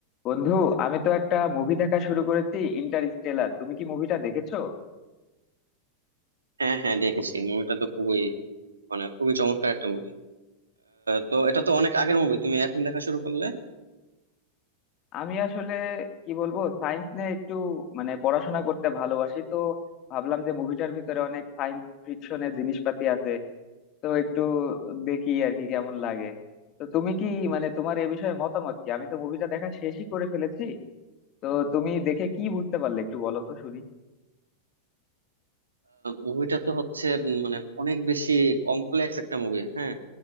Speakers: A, on the left; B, on the right.
A: বন্ধু আমি তো একটা মুভি দেখা শুরু করেছি ইন্টারস্টেলার তুমি কি মুভিটা দেখেছো
B: হ্যাঁ হ্যাঁ দেখেছি মুভিটা তো খুবই মানে খুবই চমৎকার একটা মুভি তো এটা তো অনেক আগের মুভি তুমি এখন দেখা শুরু করলে
A: আমি আসলে কি বলবো সায়েন্স নিয়ে একটু মানে পড়াশোনা করতে ভালোবাসি তো ভাবলাম যে মুভিটার ভিতরে অনেক সায়েন্স ফিকশনের জিনিসপাতি আছে তো একটু দেখি আর কি কেমন লাগে তো তুমি কি মানে তোমার এ বিষয়ে মতামত কি আমি তো মুভিটা দেখা শেষই করে ফেলেছি তো তুমি দেখে কি বুঝতে পারলে একটু বলো তো শুনি
B: মুভিটা তো হচ্ছে উম, মানে অনেক বেশি কমপ্লেক্স একটা মুভি হ্যাঁ